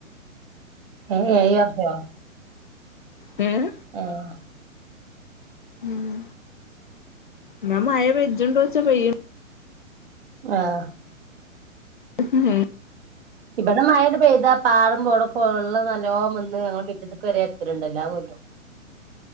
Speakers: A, on the right (about 45°); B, on the left (about 40°).
A: എ ഏയ് <unintelligible>
B: ങേയ്
A: ആഹ
B: ഉം എന്ന മഴ വജജണ്ടോച്ചാ പെയ്യ
A: ആഹ
B: ഹ്ഉ
A: ഇവിടെ മഴക്കെ പെയ്താ പാടും പോടും പോലുള്ള നല്ലോം വന്ന് ഞങ്ങ മറ്റത്തക്ക് വരെ എത്തിലുണ്ടല്ലാ കൊല്ലോ.